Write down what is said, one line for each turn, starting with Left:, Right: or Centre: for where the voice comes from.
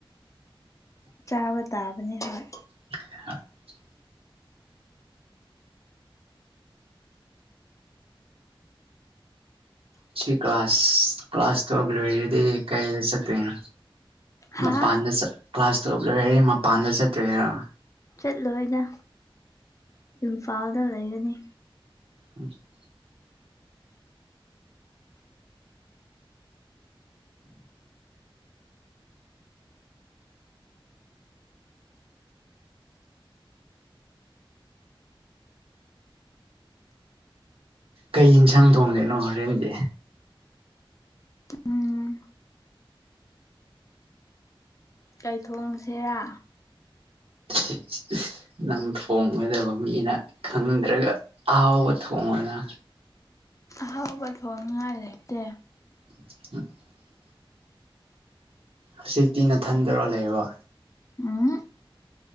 Left: ꯆꯥꯕ ꯇꯥꯕꯅꯤ ꯍꯣꯏ꯫
Right: <unintelligible> ꯁꯤ ꯀ꯭ꯂꯥꯁ ꯀ꯭ꯂꯥꯁ ꯇꯧꯕꯤꯔꯣꯏꯗꯗꯤ ꯀꯥꯏꯗ ꯆꯠꯇꯣꯏꯅꯣ?
Left: ꯍꯥ
Right: ꯃꯄꯥꯟꯗ ꯆꯠ ꯀ꯭ꯂꯥꯁ ꯇꯨꯌꯦꯞ ꯂꯣꯏꯔꯦꯗꯤ ꯃꯄꯥꯟꯗ ꯆꯠꯇꯣꯏꯔ?
Left: ꯆꯠꯂꯣꯏꯗ ꯏꯝꯐꯥꯜꯗ ꯂꯩꯔꯅꯤ꯫
Right: <unintelligible> ꯀꯩ ꯌꯦꯟꯁꯥꯡ ꯊꯣꯡꯗꯩꯅꯣ ꯍꯣꯔꯦꯟꯗꯤ?
Left: ꯎꯝ ꯀꯩꯊꯣꯡꯁꯦꯔꯥ?
Right: <unintelligible> ꯅꯪ ꯊꯣꯡꯒꯗꯕ ꯃꯤꯅ ꯈꯪꯗ꯭ꯔꯒ ꯑꯍꯥꯎꯕ ꯊꯣꯡꯉꯣꯅ꯫
Left: ꯑꯍꯥꯎꯕ ꯊꯣꯡꯅꯤꯉꯥꯏ ꯂꯩꯇꯦ꯫
Right: <unintelligible> ꯍꯧꯖꯤꯛꯇꯤ ꯅꯊꯟꯗꯔ ꯂꯩꯕ?
Left: ꯎꯝ